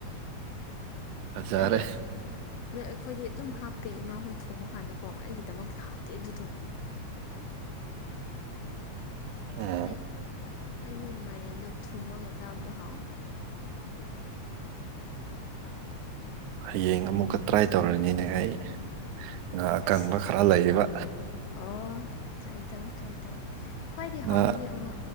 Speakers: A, on the right; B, on the left.
A: ꯐꯖꯔꯦ
B: ꯑꯩꯗꯣ ꯑꯗꯣ ꯑꯩꯈꯣꯏꯗꯤ ꯑꯗꯨꯝ ꯍꯥꯞꯄꯦ ꯏꯃꯥ ꯍꯣꯏ ꯊꯣꯡꯕ ꯀꯥꯟꯗꯀꯣ ꯑꯩꯒꯤꯗꯃꯛꯇꯤ ꯍꯥꯎꯇꯦ ꯑꯗꯨꯗꯣ
A: ꯎꯝ
B: ꯑꯩ ꯑꯩꯗꯤ ꯃꯥꯏꯔꯦꯟꯗꯣ ꯊꯨꯝꯃꯒ ꯆꯥꯕꯗꯣ ꯍꯥꯎꯋꯦ
A: ꯍꯌꯦꯡ ꯑꯃꯨꯛꯀ ꯇ꯭ꯔꯥꯏ ꯇꯧꯔꯅꯤꯅꯦ ꯑꯩ ꯉꯥ ꯑꯀꯪꯕ
B: ꯑꯁ
A: ꯈꯔ ꯂꯩꯌꯦꯕ
B: ꯑꯣ ꯇ꯭ꯔꯥꯏ ꯇꯧ ꯇ꯭ꯔꯥꯏ ꯇꯧ ꯈ꯭ꯋꯥꯏꯗꯒꯤ
A: ꯉꯥ
B: ꯍꯥꯎꯕꯗꯤ ꯑꯃ